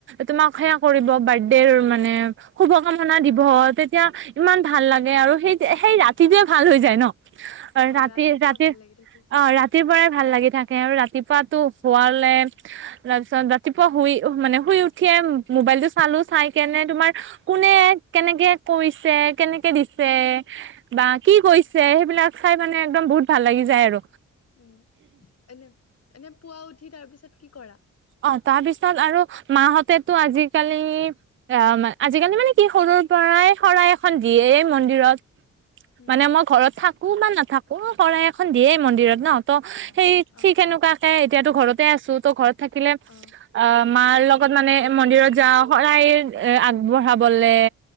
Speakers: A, on the right; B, on the left.
A: তোমাক সেয়া কৰিব বাদ দেৰ মানে শুভ কামনা দিব তেতিয়া ইমান ভাল লাগে আৰু সেই সেই ৰাতিটোয়ে ভাল হৈ যায় ন অ ৰাতি
B: ৰাতিপুৱা
A: ৰাতি
B: ভাল লাগি থাকে
A: অ ৰাতিৰ পৰাই ভাল লাগি থাকে আৰু ৰাতিপুৱা তো শুৱালে তাৰপিছত ৰাতিপুৱা শুই মানে শুই উঠিয়ে মোবাইল টো চালো চাই কেনে তোমাৰ কোনে কেনেকে কৈছে কেনেকে দিছে বা কি কৈছে সেইবিলাক চাই মানে একদম বহুত ভাল লাগি যায় আৰু
B: উম এনে এনে পুৱা উঠি তাৰ পিছত কি কৰা?
A: অ তাৰপিছত আৰু মাহতেতো আজিকালি আহ আজিকালি মানে কি সৰুৰ পৰাই শৰাই এখন দিয়ে মন্দিৰত
B: উম
A: মানে মই ঘৰত থাকো বা নাথ থাকো শৰাই এখন দিয়ে মন্দিৰত নহ ত
B: অ
A: সেই
B: অ
A: ঠিক সেনেকুৱাকে এতিয়াতো ঘৰতে আছো তো ঘৰত থাকি কিলে
B: অ
A: আ মাৰ লগত মানে মন্দিৰত যাওঁ, শৰাই আগবঢ়াবলে।